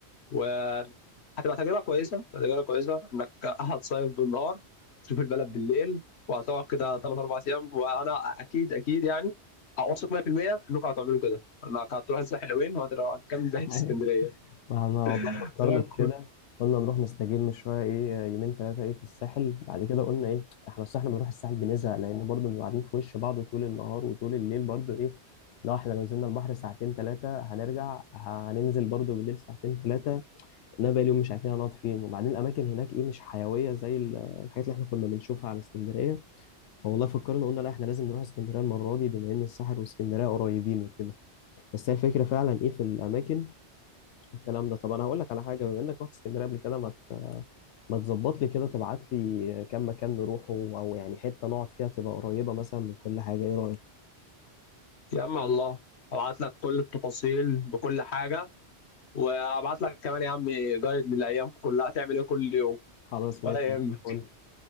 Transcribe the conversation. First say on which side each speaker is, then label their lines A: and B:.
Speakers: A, on the left; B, on the left.
A: وهتبقى تجربه كويسه تجربه كويسه انك هتصيف بالنهار تشوف البلد بالليل وهتقعد كده ثلاث اربع ايام وانا اكيد اكيد يعني اوثق 100% انكم هتعملوا كده انك هتروح الساحل يومين وهتروح كام
B: <laughs>
A: ده اسكندريه
B: أيوة. ما احنا والله فكرنا
A: تمام،
B: في كده قلنا نروح نستجم شويه ايه يومين ثلاثه ايه في الساحل بعد كده قلنا ايه احنا الصح لما نروح الساحل بنزهق لان برضو بنبقى قاعدين في وش بعض طول النهار وطول الليل برضو ايه لو احنا لو نزلنا البحر ساعتين ثلاثه هنرجع هننزل برضو بالليل ساعتين ثلاثه انا بقالي يوم مش عارفين هنقعد فين وبعدين الاماكن هناك ايه مش حيويه زي ال- الحاجات اللي احنا كنا بنشوفها على اسكندريه فوالله فكرنا قلنا لا احنا لازم نروح اسكندريه المره دي بما ان الساحل واسكندريه قريبين وكده بس هي الفكره فعلا ايه في الاماكن والكلام ده طب انا هقول لك على حاجه بما انك رحت اسكندريه قبل كده ما ت- ما تظبط لي كده تبعت لي كام مكان نروحه او يعني حته نقعد فيها تبقى قريبه مثلا من كل حاجه ايه رايك
A: يا عم الله ابعت لك كل التفاصيل بكل حاجه وابعت لك كمان يا عم جايد للايام كلها هتعمل ايه كل يوم
B: خلاص
A: ولا
B: ماشي
A: يهمك
B: فل